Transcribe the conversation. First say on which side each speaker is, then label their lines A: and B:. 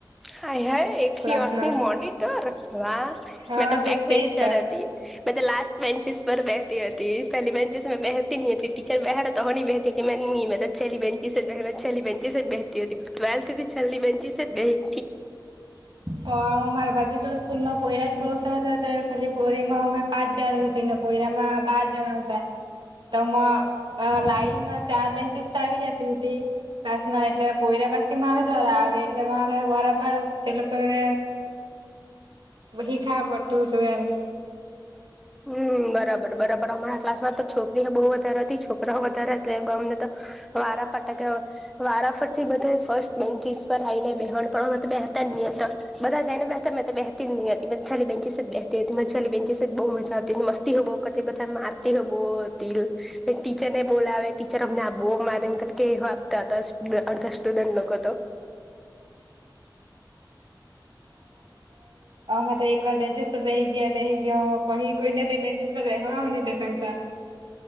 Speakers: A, in the centre; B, on the right (about 80°).
A: હા હ એકલી
B: ક્લાસ
A: આંખની
B: ના
A: મોનિટર વાહ
B: હા
A: મેં તો
B: તે
A: બેક
B: જ
A: વેન્ચર
B: તો
A: હતી. મે તો લાસ્ટ બેચેસ પર બેતી હતી પહેલી બેન્ચેસ મેં બેતી ન હતી ટીચર બ બેઠડા તો હ નની બેઠ કે મે ની ચલ્લી બેંચી સ બ ચલ્લી બેંચી સ બ બેતી હો હતીલ ચલ્લી બંચી સ બેતી
B: કો માર બાજ તો સ્કૂલમાંયરા જ બહુ સ થ હતા ખાલી પોરીમાં અમે પાંચ જણી ને પોયરામાં બાર જણા આવ હતા તો લાઈનમાં ચાર બેન્ચિસ આવી જતી હતી ક્લાસમાં એટલે પોરા પસ થી મારે જરા આવે એટલે મારે બરાબર તે લોકોનેને શીખા પડતું હતું એમ
A: હમ બરાબર બરાબર હમણાં ક્લાસ માં તો છોકરીઓ બહુ વધારે હતી છોકરાઓ વધારે હતા અમને તો વારાફાટા કે વારાફટ થી બધા ફર્સ્ટ બેન્ચીસ પર આવીઈને બેહણ પણ બેતા ન બધા જ ને બેતા બેહેતી જ નહી હતી માલી બેન્ચસ જ બેહેતી હતી માલી બેન્ચ જ બહુ મજા ની મસ્તી હોો કરતી બધા મારતી હોો હતી ટીચર ને બોલાવે ટીચર અમને આપ મારે અંકલ કે આપતા હતા અડધા સ્ટુડન્ટ લોકો તો
B: હ તો એક વાર બેન્ચસ પર બે ગયા બેસી ગયા કહી કોઈને તો બેન્ચસ પર બેવા ન દેતા